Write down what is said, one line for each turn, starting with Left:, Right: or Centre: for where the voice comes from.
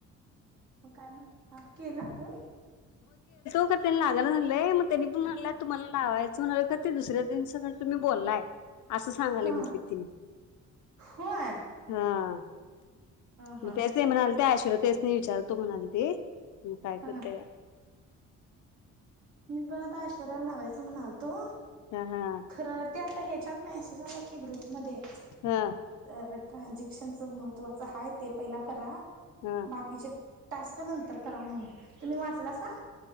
Right: मग काय म्हट केला फोन?
Left: का त्यांनी लागाला झालंय मग त्यांनी पण म्हलंय तुम्हाला लावायचं म्हणाल का ते दुसऱ्या दि तुम्ही बोललाय असं सांगालय
Right: हा
Left: म्हटलीत तेन्ही
Right: होय
Left: हा
Right: हा
Left: मग
Right: हा
Left: तेच नाही म्हणाले ते आशर्य तेच नाही विचारतो म्हणाल ते मग काय
Right: हा
Left: करते का
Right: मी पण आता श्वराला लावायच स म्हणाल तो
Left: हा हा
Right: खरं त्यात तर ह्याच्यात मेसेज आला की ग्रुपमध्येध्ये
Left: हा
Right: ट्रानझेक्शनच महत्त्वाचं आहे ते पहिला करा
Left: हा
Right: बाकीच्या टास्क नंतर करा मगून तुम्ही वाचला स